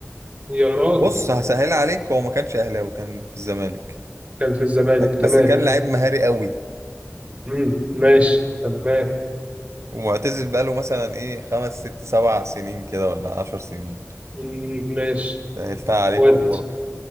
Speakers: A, on the right (about 25°); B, on the right (about 75°).
A: يا راجل
B: بص هسهل عليك هو ما كانش اهلاوي كان في الزمالك
A: كان في الزمالك تمام
B: بس كان لعيب مهاري قوي
A: مم. ماشي تمام
B: ومعتزل بقاله مثلا ايه خمس ست سبع سنين كده ولا عشر سنين
A: مم. ماشي
B: سهلتها عليك
A: ود
B: أهو برضه